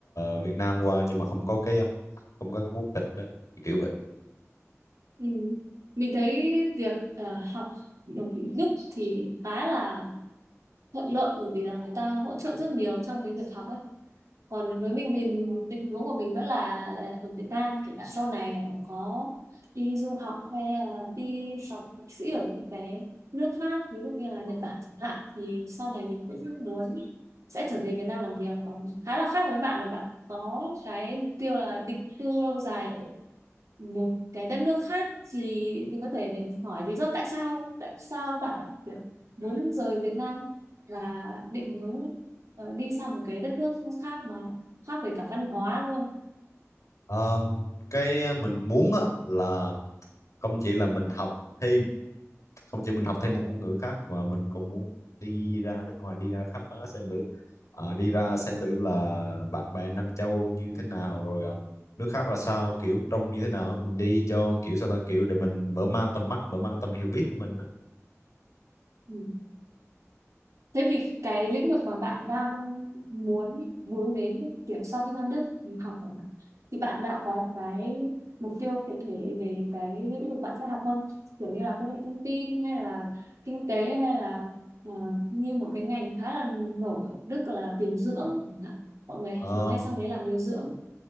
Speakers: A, on the left; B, on the right.
A: uh, Việt Nam qua nhưng mà không có cái um, không có cái quốc tịch đó thì kiểu vậy
B: Ừ. mình thấy việc à, học ở Đức thì khá là thuận lợi bởi vì là người ta hỗ trợ rất nhiều trong cái việc học ấy còn với mình thì định hướng của mình vẫn là ở Việt Nam kể cả sau này mà có đi du học hay là đi học thạc sĩ ở những cái nước khác ví dụ như là Nhật Bản chẳng hạn thì sau này mình cũng muốn sẽ trở về Việt Nam làm việc còn khá là khác với bạn là bạn có cái mục tiêu là định cư lâu dài một cái đất nước khác thì mình có thể hỏi lý do tại sao tại sao bạn lại kiểu muốn rời Việt Nam và định muốn ờ, đi sang một cái đất nước khác mà khác về cả văn hóa luôn
A: um, cái uh, mình muốn á, là không chỉ là mình học thêm không chỉ mình học thêm một ngôn ngữ khác mà mình cũng muốn đi ra nước ngoài đi ra khám phá xem thử Ờ, đi ra xem thử là bạn bè Nam Châu như thế nào rồi ờ, nước khác là sao kiểu trông như thế nào mình đi cho kiểu sao ta kiểu để mình mở mang tầm mắt mở mang tầm hiểu biết của mình đó.
B: Ừ. Thế vì cái lĩnh vực mà bạn đang muốn muốn đến kiểu sau khi sang Đức học của bạn thì bạn đã có cái mục tiêu cụ thể về cái lĩnh vực bạn sẽ học không? Kiểu như là công nghệ thông tin hay là kinh tế hay là ờ, như một cái ngành khá là nổi ở Đức là điều dưỡng chẳng hạn. Mọi người
A: Ờ,
B: thường hay sang đấy làm điều dưỡng.